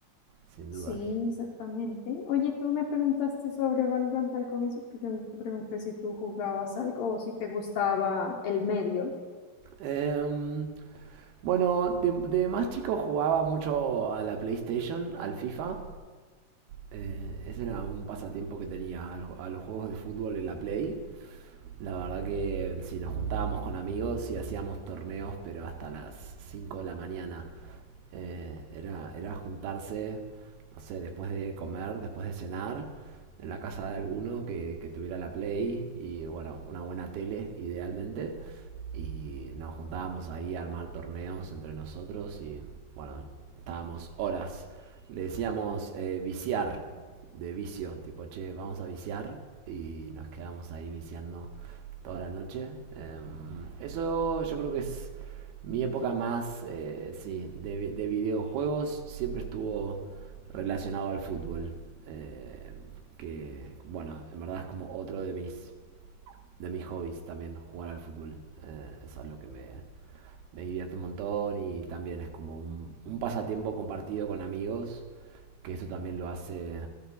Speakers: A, on the right; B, on the left.
A: Sin
B: Sí,
A: dudas.
B: exactamente. Oye, tú me preguntaste sobre Valorant al comienzo, pero yo no te pregunté si tú jugabas algo o si te gustaba el medio.
A: Em, bueno, de, de más chico jugaba mucho a la PlayStation, al FIFA. Eh, ese era un pasatiempo que tenía, al- a los juegos de fútbol en la Play. La verdad que si nos juntábamos con amigos y hacíamos torneos, pero hasta las 5 de la mañana. Eh, era, era juntarse, no sé, después de comer, después de cenar, en la casa de alguno que, que tuviera la Play y, bueno, una buena tele, idealmente. Y nos juntábamos ahí a armar torneos entre nosotros y, bueno, estábamos horas. Le decíamos eh, viciar de vicio, tipo, che, vamos a viciar y nos quedamos ahí viciando toda la noche. Em, eso yo creo que es mi época más, eh, sí, de, vi- de videojuegos siempre estuvo relacionado al fútbol, eh, que bueno, en verdad es como otro de mis de mis hobbies también, jugar al fútbol. Eh, es algo que me, me divierte un montón y también es como un, un pasatiempo compartido con amigos, que eso también lo hace,